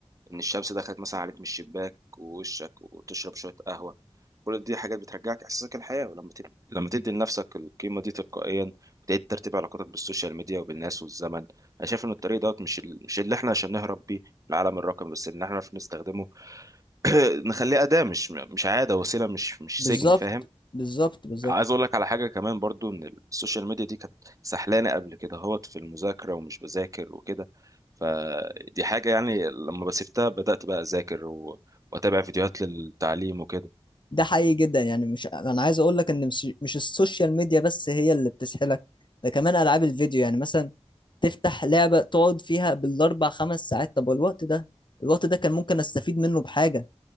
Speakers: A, on the right (about 30°); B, on the left (about 50°).
A: إن الشمس دخلت مثلا عليك من الشباك ووشك وتشرب شوية قهوة كل دي حاجات بترجعك إحساسك الحياة ولما تب... لما تدي لنفسك القيمة دي تلقائيا بتعيد ترتيب علاقاتك بالسوشيال ميديا وبالناس والزمن أنا شايف إن الطريق دوت مش ال... مش اللي إحنا عشان نهرب بيه العالم الرقمي بس إن إحنا نعرف نستخدمه <clears throat> نخليه أداة مش مش عادة وسيلة مش مش
B: بالظبط
A: سجن فاهم
B: بالظبط بالظبط
A: عايز اقول لك على حاجه كمان برضو ان السوشيال ميديا دي كانت سحلانه قبل كده هوت في المذاكره ومش بذاكر وكده فدي حاجه يعني لما بسيبتها بدات بقى اذاكر و... واتابع فيديوهات للتعليم وكده
B: ده حقيقي جدا يعني مش انا عايز اقول لك ان مش مش السوشيال ميديا بس هي اللي بتسحلك ده كمان العاب الفيديو يعني مثلا تفتح لعبة تقعد فيها بالاربع خمس ساعات طب الوقت ده الوقت ده كان ممكن استفيد منه بحاجة